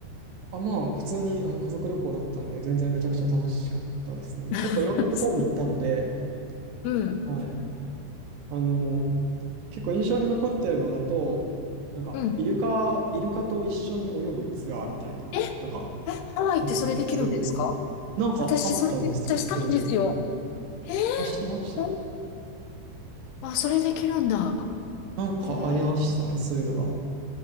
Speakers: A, on the right; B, on the left.
A: あ、まあ、普通にあの家族旅行だったんで、全然めちゃくちゃ楽しかったですね。結構いろんなところに行ったので、
B: <laughs> うん、
A: はい。あの、結構印象に残ってるのだと、なんか、
B: うん。
A: イルカ、イルカと一緒に泳ぐツアーみたいな、
B: え、え、
A: なんか、
B: ハワイってそれできるんですか
A: あって、そういう、なんかあったんですよね、
B: 私、それめっちゃしたいんですよ。
A: そういう。
B: えー
A: あ、してました。
B: ほんあ、それできるんだ。
A: なんかありましたね、
B: へえ
A: そういうのが。